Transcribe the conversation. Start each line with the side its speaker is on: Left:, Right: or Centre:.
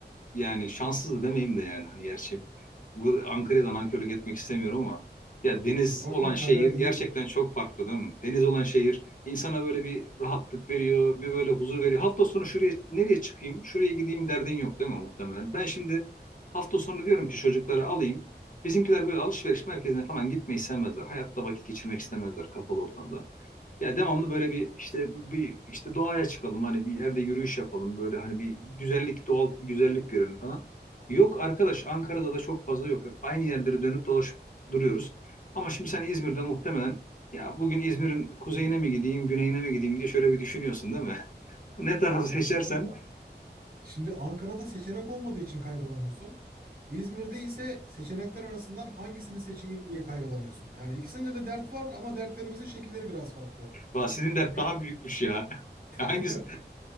Left: yani şanssız da demeyeyim de yani hani gerçi bu Ankara'dan nankörlük etmek istemiyorum ama ya
Right: Ya
Left: deniz
Right: coğrafya
Left: olan şehir
Right: kader
Left: gerçekten
Right: değilmiş.
Left: çok farklı değil mi? Deniz olan şehir insana böyle bir rahatlık veriyor, bir böyle huzur veriyor. Hafta sonu şuraya nereye çıkayım, şuraya gideyim derdin yok değil mi muhtemelen? Ben şimdi hafta sonu diyorum ki çocukları alayım. Bizimkiler böyle alışveriş merkezine falan gitmeyi sevmezler. Hayatta vakit geçirmek istemezler kapalı ortamda. Ya devamlı böyle bir işte bir işte doğaya çıkalım hani bir yerde yürüyüş yapalım böyle hani bir güzellik doğal güzellik görelim falan. Yok arkadaş Ankara'da da çok fazla yok. Hep aynı yerlere dönüp dolaşıp duruyoruz. Ama şimdi sen İzmir'de muhtemelen ya bugün İzmir'in kuzeyine mi gideyim güneyine mi gideyim diye şöyle bir düşünüyorsun değil mi? <laughs> Ne tarafı
Right: Aslında
Left: seçersen
Right: şimdi Ankara'da seçenek olmadığı için kaygılanıyorsun. İzmir'de ise seçenekler arasından hangisini seçeyim diye kaygılanıyorsun. Yani ikisinde de dert var ama dertlerimizin şekilleri biraz farklı.
Left: Vah, sizin dert
Right: Ya
Left: daha büyükmüş ya. <laughs> Hangisi,
Right: <laughs>